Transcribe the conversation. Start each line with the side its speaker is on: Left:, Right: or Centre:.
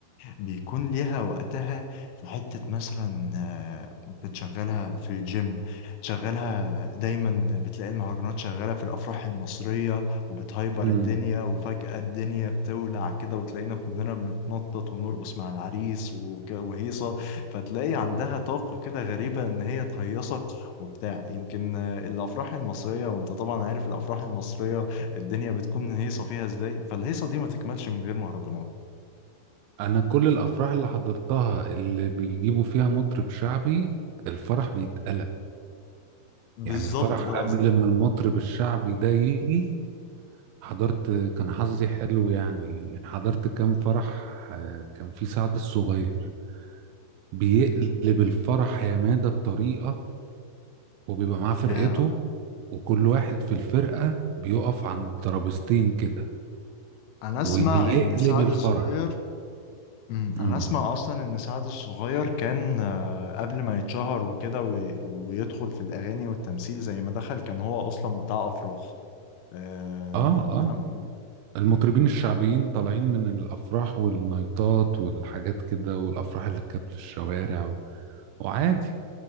Left: بيكون ليها وقتها في حتة مثلا آه، وانت تشغلها في الجيم تشغلها دايما بتلاقي المهرجانات شغالة في الأفراح المصرية وبتهايبر
Right: امم
Left: الدنيا وفجأة الدنيا بتولع كده وتلاقينا كلنا بنتنطط ونرقص مع العريس وكده وهيصة فتلاقي عندها
Right: أمم.
Left: طاقة كده غريبة إن هي تهيصك وبتاع يمكن آه، الأفراح المصرية وانت طبعا عارف الأفراح المصرية الدنيا بتكون هيصة فيها ازاي فالهيصة دي ما تكملش من غير مهرجانات
Right: انا كل الافراح اللي حضرتها اللي بيجيبوا فيها مطرب شعبي الفرح بيتقلب
Left: بالظبط
Right: يعني الفرح
Left: ده
Right: قبل
Left: قصدي
Right: ما المطرب الشعبي ده يجي حضرت كان حظي حلو يعني حضرت كام فرح آه، كان في سعد الصغير بيقلب الفرح يا مادة بطريقة وبيبقى معاه فرقته
Left: آه
Right: وكل واحد في الفرقة بيقف عند ترابيزتين كده
Left: انا اسمع
Right: وبيقلب
Left: ان سعد
Right: الفرح
Left: الصغير مم، انا
Right: امم
Left: اسمع اصلا ان سعد الصغير كان آه قبل ما يتشهر وكده وي- ويدخل في الاغاني والتمثيل زي ما دخل كان هو اصلا بتاع افراح آه
Right: اه
Left: كلام
Right: اه المطربين
Left: م-
Right: الشعبيين
Left: م-
Right: طالعين من الافراح والنايتات والحاجات كده والافراح اللي كانت في الشوارع و... وعادي